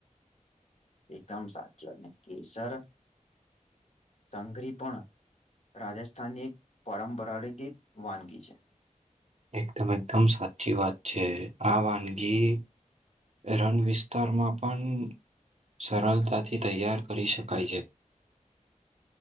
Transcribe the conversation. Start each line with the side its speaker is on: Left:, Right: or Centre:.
Left: એકદમ સાચું, કેસર સંગરી પણ રાજસ્થાનની એક પરંપરાગગીત વાનગી છે
Right: એકદમ એકદમ સાચી વાત છે, આ વાનગી રન વિસ્તારમાં પણ સરળતાથી તૈયાર કરી શકાય છે